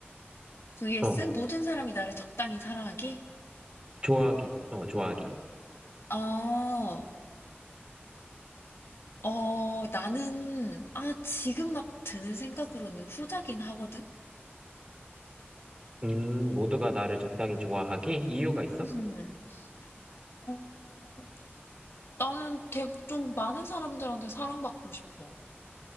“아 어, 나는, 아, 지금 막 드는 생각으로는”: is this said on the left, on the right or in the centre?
Left